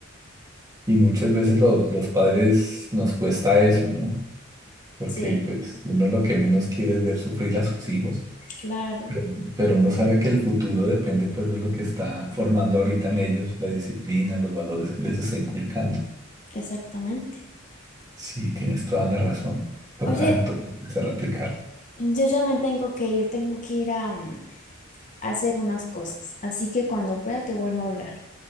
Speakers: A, on the right; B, on the left.
A: Y muchas veces los, los padres nos cuesta eso, ¿no? Porque
B: Sí.
A: pues uno lo que menos quiere es ver sufrir a sus hijos,
B: Claro,
A: pero pero uno sabe que el futuro depende pues de lo que está formando ahorita en ellos, la disciplina, los valores que les está inculcando.
B: exactamente.
A: Sí, tienes toda la razón. Toca,
B: Oye,
A: toca empezar a aplicarlo.
B: yo ya me tengo que ir, tengo que ir a, mm, a hacer unas cosas, así que cuando pueda te vuelvo a hablar.